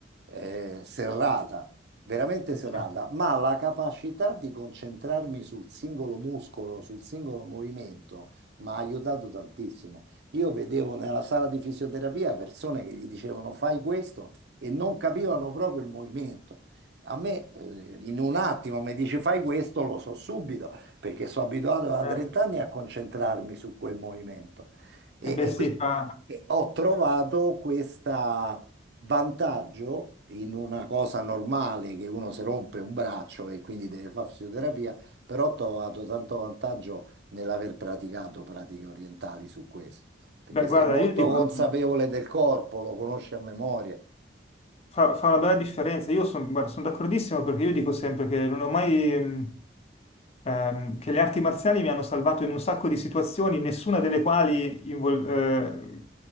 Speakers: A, on the right; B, on the left.
A: eh, serrata veramente
B: Eh,
A: serrata,
B: certo.
A: ma la capacità di concentrarmi sul singolo muscolo, sul singolo movimento, mi ha aiutato tantissimo. Io vedevo nella sala di fisioterapia persone che gli dicevano fai questo e non capivano proprio il movimento. A me, eh, in un attimo mi dici fai questo, lo so subito, perché sono abituato da
B: Eh,
A: 30 anni a concentrarmi su quel movimento. E,
B: eh beh
A: e
B: sì,
A: qui
B: fa...
A: e ho trovato questo vantaggio in una cosa normale che uno si rompe un braccio e quindi deve fare fisioterapia, però ho trovato tanto vantaggio nell'aver praticato pratiche orientali su questo, perché
B: Beh,
A: sei
B: guarda,
A: molto
B: io dico,
A: consapevole del corpo, lo conosci a memoria.
B: fa, fa una bella differenza. Io sono d'accordissimo perché io dico sempre che non ho mai... ehm, ehm, che le arti marziali mi hanno salvato in un sacco di situazioni, nessuna delle quali invol- eh,